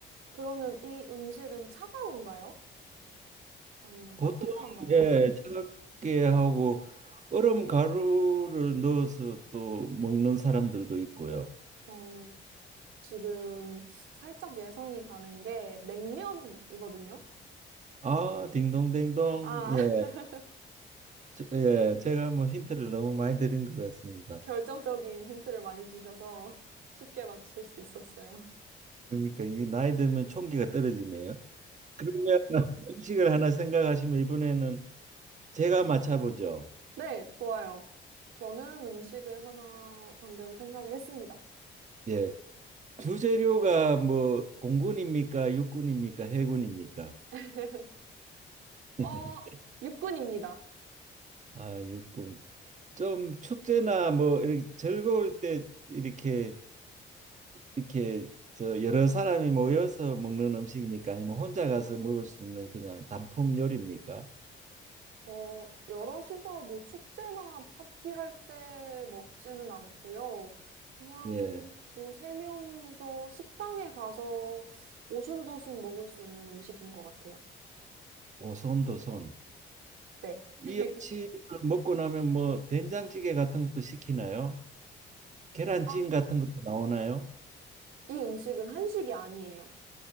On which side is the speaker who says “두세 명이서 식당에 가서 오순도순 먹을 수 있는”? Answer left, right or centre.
Right